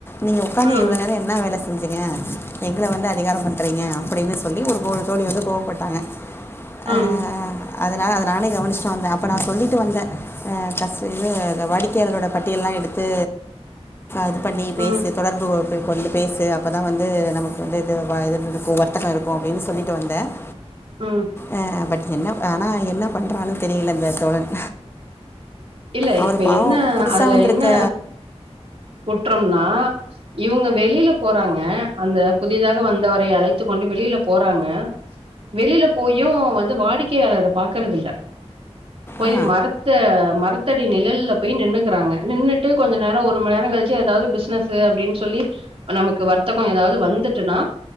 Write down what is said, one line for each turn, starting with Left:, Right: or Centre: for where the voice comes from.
Left: நீங்க உக்காந்து
Right: ம்
Left: இவ்ளோ நேரோ என்னா வேல செஞ்ச சிங்க எங்கள வந்து அதிகாரம் பண்றீங்க அப்படின்னு சொல்லி ஒரு தோ தோழி வந்து கோவப்பட்டாங்க
Right: ம்
Left: ஆ அதனால அத நானே கவனிச்ட்டு வந்தே அப்ப நா சொல்லிட்டு வந்தே ஆ கஷ் இது வாடிக்கையாளர்களோட பட்டியல்லா எடுத்து இது பண்ணி பேசு
Right: ம்
Left: தொடர்பு கொ வந்து பேசு அப்போ தா வந்து நமக்கு வந்து இது இது இருக்கு வர்த்தமா இருக்கு அப்டின்னு சொல்லிட்டு வந்தே <inaudible>
Right: ம்
Left: ஆ பட் என்ன ஆனா என்ன பண்றான்னு தெரில பத தோழன்
Right: இல்ல
Left: அவரு
Right: இப்ப
Left: பாவோ
Right: என்ன
Left: புதுசா
Right: அதுல
Left: வந்திருக்க
Right: என்ன குற்றம்னா இவங்க வெளில போறாங்க அந்த புதிதாக வந்தவரை அழைத்து கொண்டு வெளில போறாங்க வெளில போயும் வந்து வாடிக்கையாளர பார்கறது இல்ல போய்
Left: ஆ
Right: மரத்த மரத் காத்தாடி நிலல்ல போய் நின்றுக்குறாங்க நின்றுட்டு கொஞ்ச நேரம் ஒரு மணி நேரம் கழிச்சு ஏதாவது பிஸ்னஸ் அப்டின்னு சொல்லி நமக்கு வர்த்தகம் ஏதாவது வந்துட்டன்னா